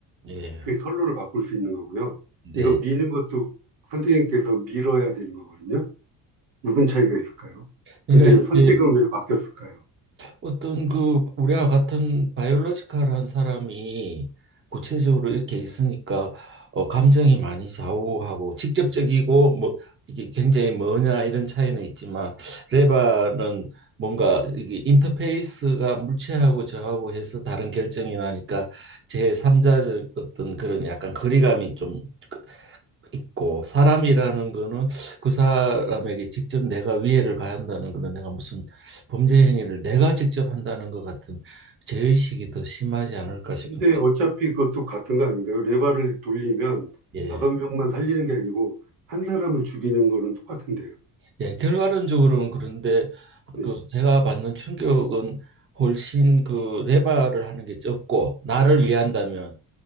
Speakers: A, on the right; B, on the right.
A: 예,
B: 그 선로를 바꿀 수 있는 거고요.
A: 네.
B: 이거 미는 것도 선생님께서 밀어야 되는 거거든요. 무슨 차이가 있을까요?
A: 그러니까
B: 근데 선택은
A: 이제
B: 왜 바뀌었을까요?
A: 어떤 그 우리와 같은 바이올로지컬한 사람이 구체적으로 이렇게 있으니까 어, 감정이 많이 좌우하고 직접적이고 뭐 이게 굉장히 뭐냐 이런 차이는 있지만 레바는 뭔가 이게 인터페이스가 물체하고 저하고 해서 다른 결정이 나니까 제3자적 어떤 그런 약간 거리감이 좀 그 있고 사람이라는 거는 그 사람에게 직접 내가 위해를 가한다는 거는 내가 무슨 범죄 행위를 내가 직접 한다는 것 같은 죄의식이 더 심하지 않을까 싶은데
B: 근데 어차피 그것도 같은 거 아닌가요? 레바를 돌리면
A: 예,
B: 다섯 명만 살리는 게 아니고 한 사람을 죽이는 거는 똑같은데요.
A: 예 결과론적으로는 그런데
B: 네,
A: 그 제가 받는 충격은 훨씬 그 레바를 하는 게 적고 나를 위한다면